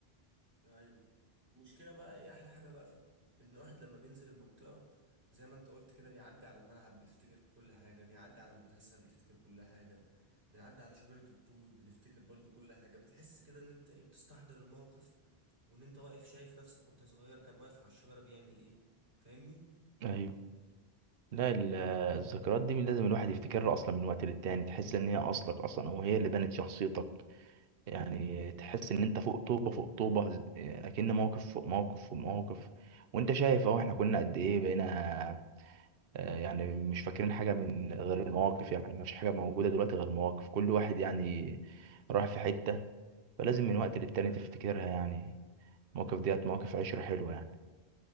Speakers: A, on the right; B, on the right.
A: ايوه المشكله بقى ايه احلى حاجه بقى في ان الواحد لما بينزل المنطقه زي ما انت قلت كده بيعدي على الملعب بيفتكر كل حاجه بيعدي على المدرسه بيفتكر كل حاجه بنعدي على شجره التوت بنفتكر برضو كل حاجه بتحس كده ان انت ايه بتستحضر الموقف وان انت واقف شايف نفسك كنت صغير كان واقف على الشجره بيعمل ايه فاهمني
B: ايوه لا ال- الذكريات دي من لازم الواحد يفتكرها اصلا من وقت للتاني تحس ان هي اصلك اصلا او هي اللي بنت شخصيتك يعني تحس ان انت فوق طوبه فوق طوبه ز- اكن موقف فوق موقف فوق موقف وانت شايف اهو احنا كنا قد ايه بقينا آه، يعني مش فاكرين حاجه من غير المواقف يعني ما فيش حاجه موجوده دلوقتي غير المواقف كل واحد يعني راح في حته فلازم من وقت للتاني تفتكرها
A: ايوه
B: يعني المواقف ديت مواقف عشره حلوه يعني